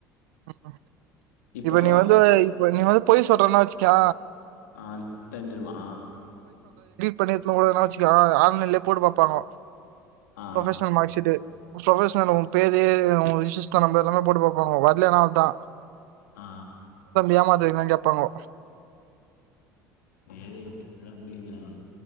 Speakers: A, on the right (about 65°); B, on the left (about 70°).
A: ஆ
B: இப்போ
A: இப்ப நீ வந்து இப்ப நீ வ போய் சொல்றேன்னா வச்சுக்கே
B: ஆ தெரிஞ்சிறுமா
A: பண்ண கூடனே வச்சுக்க ஆன்லைன்லே போட்டு பாப்பாங்க
B: ஆ
A: ப்ரொபஷனல் மார்க் சீட்டு ப்ரொபஷனல் பேர் இது உ ரெசிஸ்டர் நம்பரும் போட்டு பாப்பாங்க வரலனா அவ்ளோ தா
B: ஆ
A: ஏமாத்தன்ன கேப்பாங்கோ
B: ஏய் <unintelligible>